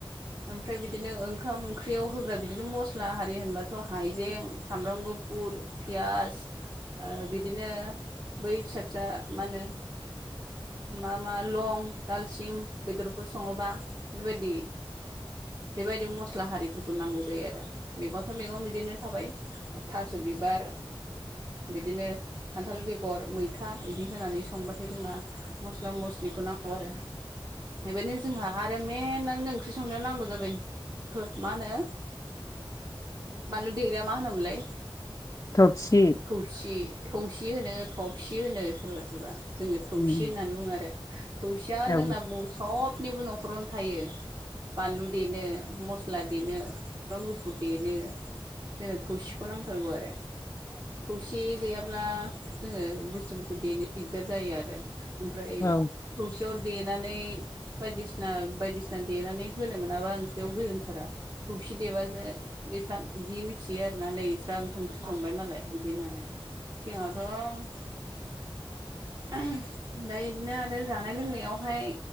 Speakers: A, on the right; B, on the left.
A: ओमफ्राय बिदिनो ओंखाम ओंख्रियाव होग्रा बिदिनो मस्ला आरारि होनबाथ' हाइजें सामब्राम गुफुर गुरु फियास बिदिनो बै फिसा जा मा होनो मा मा लं दालसिं बेदरफोर सङोबा बेबायदि बेबायदि मस्ला हारिफोरखौ नांगौ जायो आरो मैगंथ' मैगं बिदिनो थाबाय थास' बिबार बिदिनो खान्थाल बेगर मैथा था बिदि होनानै संबाथाय जोंना मस्ला मस्लिखौ नांगौ आरो बेबायदिनो जोंहा आरो मेेनानो ओंख्रि संनायाव नांगौ जाबाय मा होनो बानलु देग्राया मा होनोमलाय
B: थबसि
A: थौसि थौसि होनो थफसि होनो सोरबा सोरबा जोङो थौसि
B: उम
A: होननानै बुङो आरो थौसिया जोंना
B: औ उम
A: ब सबनिबो न'खरावनो थायो बानलु देनो मस्ला देनो सामषब्राम गुफुर देनो जोंनो थौसिखौ नांथारगौ आरो थौसि गैयाब्ला जोङो बुस्थुफोरखौ देनो दिगदार जायो आरो ओमफ्राय
B: औ
A: थौसियाव देनानै बायदिसिना बायदिसिना देनानै होनो मोनाबा ओंख्रियाव गोजोनथारा थौखि देबासो बिस्रा बिदि मिथियो आरोना नै बिस्रा ओंखाम ओंख्रि संबाय मालाय बिदि होननानै सिगांङावथ ओमफ्राय बिदिनो आरो जानाय लोंनायावहाय